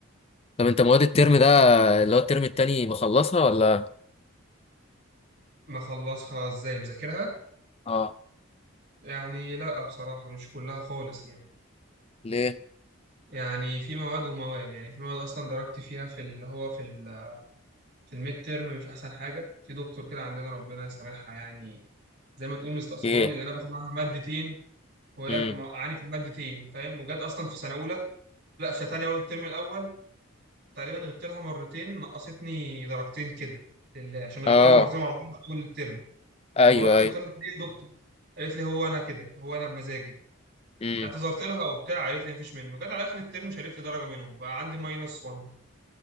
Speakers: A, on the left (about 25°); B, on the right (about 50°).
A: طب انت مواد الترم
B: يعني
A: ده اللي هو الترم التاني مخلصها ولا
B: مخلصها ازاي مذاكرها؟
A: اه
B: يعني لا بصراحة مش كلها خالص يعني
A: ليه
B: يعني في مواد ومواد يعني في مواد اصلا درجتي فيها في اللي هو في ال في الميد تيرم مش احسن حاجه في دكتور كده عندنا ربنا يسامحها يعني زي ما تقول مستقصداني
A: ايه
B: لان انا باخد معاها مادتين وهي
A: امم
B: موقعاني في المادتين فاهم وجت اصلا في سنه اولى لا في سنه تانيه برضه الترم الاول تقريبا غبت لها مرتين نقصتني درجتين كده لله عشان غبت
A: اه
B: لها مرتين ورا بعض طول الترم
A: ايوه
B: فروحت قلت
A: ايوه
B: لها ليه يا دكتور قالت لي هو انا كده هو انا بمزاجي
A: امم
B: اعتذرت لها وبتاع قالت لي مفيش منه جت على اخر الترم شالت لي درجه منهم بقى عندي ماينس 1